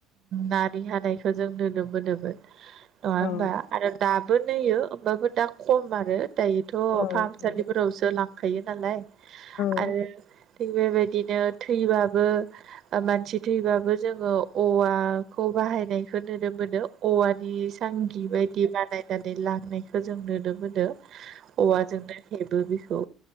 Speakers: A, on the right; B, on the left.
A: नारि हानायखौ जों नुनो मोनोमोन नङा होनबा
B: औ
A: आरो दाबो नुयो होनबाबो दा खम आरो दायोथ'
B: औ
A: फाम
B: औ
A: सालिफोरावसो लांखायो नालाय
B: औ
A: आरो बेबायदिनो थैबाबो ओ मानसि थैबाबो जोङो औवाखौ बाहायनायखौ नुनो मोनो औवानि सांगि बायदि बानायनानै लांनायखौ जों नुनो मोनो औवाजोंनो हेबो बेखौ